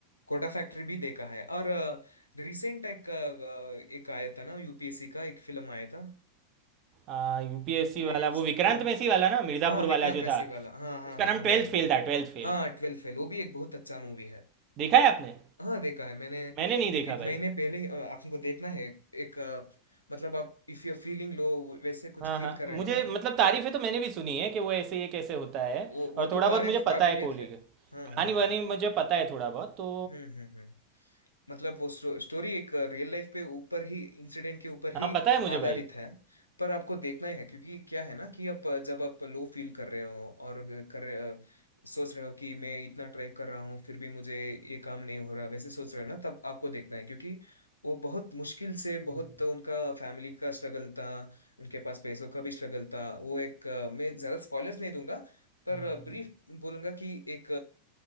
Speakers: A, on the left; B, on the right.
A: कोटा फैक्ट्री भी देखा है और रिसेंट एक अ, एक आया था ना यूपीएससी का एक फिल्म आया था
B: हाँ यूपीएससी
A: मैं
B: वाला
A: उसका
B: वो विक्रांत
A: नाम
B: मैसी वाला ना मिर्ज़ापुर
A: हाँ विक्रांत
B: वाला जो
A: मैसी
B: था
A: वाला हाँ हाँ
B: उसका
A: हाँ
B: नाम
A: वही
B: ट्वेल्थ
A: वही
B: फेल था ट्वेल्थ फेल
A: हाँ ट्वेल्थ फेल वो भी एक बहुत अच्छा मूवी है
B: देखा है आपने
A: हाँ देखा है मैंने
B: मैंने नहीं देखा
A: एक महीने
B: भाई
A: पहले ही, अ, आपको देखना है एक अ, मतलब आप इफ यू फीलिंग लो वैसे कुछ
B: हाँ
A: फील
B: हाँ
A: कर
B: मुझे
A: रहे हो ना
B: मतलब तारीफें तो मैंने भी सुनी है कि वो ऐसे ये कैसे होता है
A: वो वो
B: और थोड़ा
A: तो
B: बहुत
A: तारीफ
B: मुझे पता
A: काबिलियत
B: है कोहली
A: है
B: का
A: हाँ
B: कहानी
A: हाँ
B: वानी
A: हाँ
B: मुझे पता है थोड़ा बहुत तो
A: हम्म हम्म हम्म मतलब वो स्टो, स्टोरी एक रियल लाइफ पे ऊपर ही इंसिडेंट के ऊपर ही
B: हाँ पता है मुझे
A: आधारित
B: भाई
A: है पर आपको देखना ही है क्योंकि क्या है ना कि आप जब आप लो फील कर रहे हो और कर रहे- सोच रहे हो कि मैं इतना ट्राई कर रहा हूँ फिर भी मुझे ये काम नहीं हो रहा वैसे सोच रहे हो ना तब आपको देखना है क्योंकि वो बहुत मुश्किल से बहुत
B: हम्म,
A: उनका फैमिली का स्ट्रगल था उनके पास पैसों का भी स्ट्रगल था वो एक अ, मैं ज़्यादा स्पॉयलर्स नहीं दूंगा पर
B: हम्म।
A: ब्रीफ बोलूंगा कि एक